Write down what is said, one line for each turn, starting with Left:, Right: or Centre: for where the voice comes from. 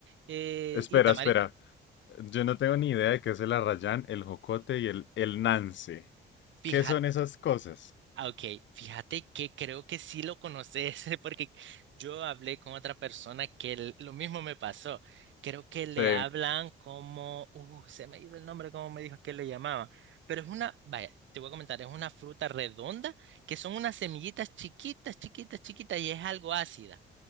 Right: eh,
Left: Espera,
Right: y tamarindo.
Left: espera. Yo no tengo ni idea de qué es el arrayán, el jocote y el, el nance.
Right: Fíjate,
Left: ¿Qué son esas cosas?
Right: ok, fíjate que creo que sí lo conoces, <laughs> porque yo hablé con otra persona que l- lo mismo me pasó. Creo que le
Left: Sí,
Right: hablan como, uh, se me ha ido el nombre, como me dijo que le llamaba. Pero es una, vaya, te voy a comentar, es una fruta redonda que son unas semillitas chiquitas, chiquitas, chiquitas y es algo ácida.